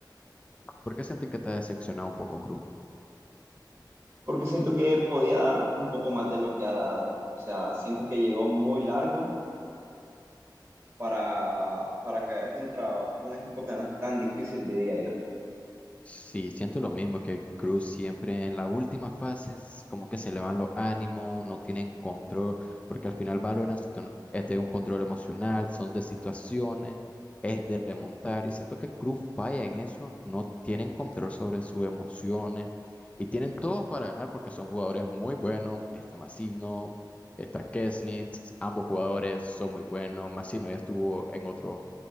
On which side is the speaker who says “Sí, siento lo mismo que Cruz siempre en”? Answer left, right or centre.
Left